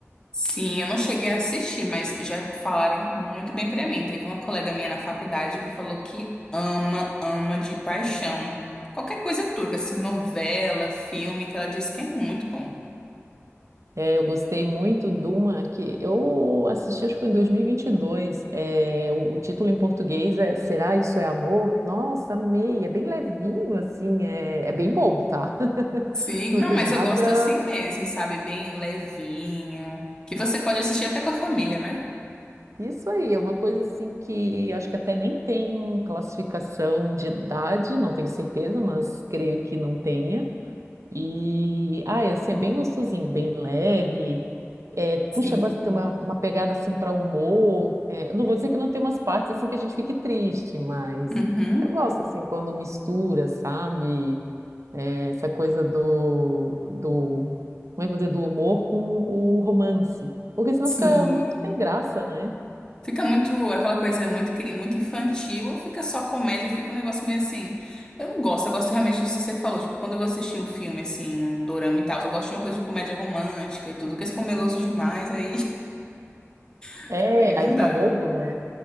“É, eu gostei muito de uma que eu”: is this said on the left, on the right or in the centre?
Right